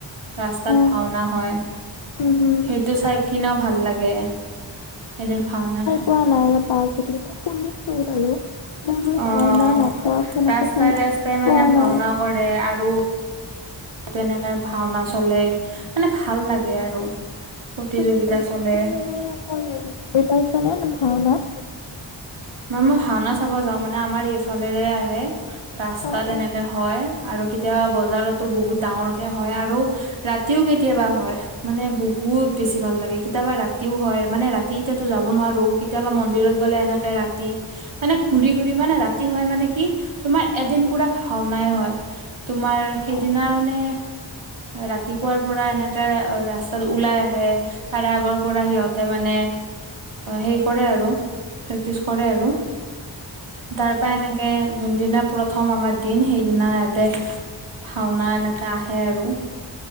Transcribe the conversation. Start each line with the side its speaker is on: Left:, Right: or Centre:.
Right: ৰাস্তাত
Left: অ',
Right: ভাওনা হয়।
Left: উম, হুম।
Right: সেইটো চাই কিনেও ভাল লাগে, এদিন ভাওনা
Left: কোৱা নাই ৰ পা যদি মানে শুনিছো বাৰু। <unintelligible> এইবোৰ
Right: অ',
Left: ভাওনা নাটক তেনেকে
Right: ৰাস্তাই
Left: চাই
Right: ৰাস্তাই
Left: পোৱা
Right: মানে ভাওনা
Left: নাই।
Right: কৰে, আৰু। এনেকে ভাওনা চলে, মানে ভাল লাগে আৰু। প্ৰতিযোগিতা
Left: তুমি কৈছা
Right: চলে
Left: তুমি এনে কৈ গৈ পাইছানে ভাওনাত?
Right: মই ভাওনা চাব যাওঁ মানে। আমাৰ এইফালেৰে আহে ৰাস্তা
Left: অ', অ'।
Right: তেনেকে- হয়। আৰু কেতিয়াবা বজাৰতো বহুত ডাঙৰকে হয়, আৰু ৰাতিও কেতিয়াবা হয়। মানে বহুত বেছি ভাল লাগে কেতিয়াবা ৰাতিও হয়, মানে ৰাতি এতিয়াতো যাব নোৱাৰো। কেতিয়াবা মন্দিৰত গ'লে এনেকে ৰাতি, মানে ঘূৰি ঘূৰি মানে ৰাতি হয়। মানে কি তোমাৰ এদিন পুৰা ভাওনাই হয়, তোমাৰ সেইদিনা
Left: উম,
Right: মানে ৰাতিপুৱাৰ পৰা এনেকে ৰাস্তাত ওলাই আহে। তাৰে আগৰ পৰা সিহঁতে মানে সেই কৰে আৰু প্ৰেক্টিচ কৰে আৰু। তাৰ পৰা এনেকে যোনদিনা প্ৰথম আমাৰ দিন সেইদিনা ইয়াতে ভাওনা এনেকা আহে আৰু।